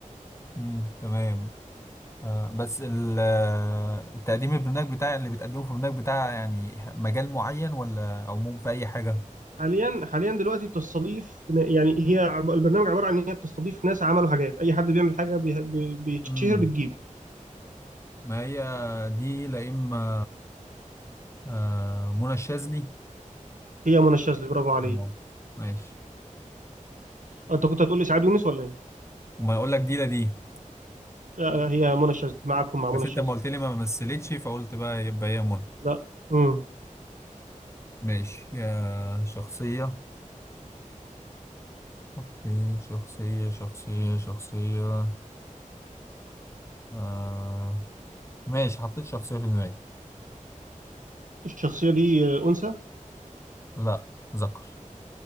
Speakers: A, on the left; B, on the right.
A: مم. تمام آه، بس ال- آه، التقديم البرنامج بتاع اللي بتقدمه في البرنامج بتاع يعني مجال معين ولا عموم في أي حاجة؟
B: حاليا حاليا دلوقتي بتستضيف يعني هي عب- البرنامج عباره عن ان هي بتستضيف ناس عملوا حاجات اي حد بيعمل حاجه بي- بي- بيتشهر
A: امم
B: بتجيب
A: ما هي دي لا إما آه، منى الشاذلي
B: هي منى الشاذلي برافو عليك
A: الله ماشي
B: انت كنت هتقول لي سعاد يونس ولا ايه؟
A: وما أقول لك دي لا دي
B: لا هي منى الشاذلي معاكم مع
A: بس
B: منى الشاذلي
A: أنت ما قلت لي ما مثلتش فقلت بقى يبقى هي منى
B: لا امم
A: ماشي يا شخصية حطيت شخصية شخصية شخصية آه ماشي حطيت شخصية في دماغي
B: الشخصيه دي انثى
A: لا ذكر